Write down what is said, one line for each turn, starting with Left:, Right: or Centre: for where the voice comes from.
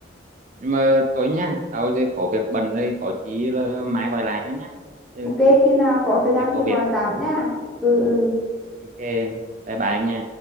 Right: nhưng mà thôi nha tao giờ có việc bận rồi có chí là mai gọi lại cho nhá chứ
Centre: ok khi nào có thời gian
Right: giờ có
Centre: thì
Right: việc
Centre: gọi
Right: đây
Centre: tạm nha ừ ừ
Right: ok bye bye nha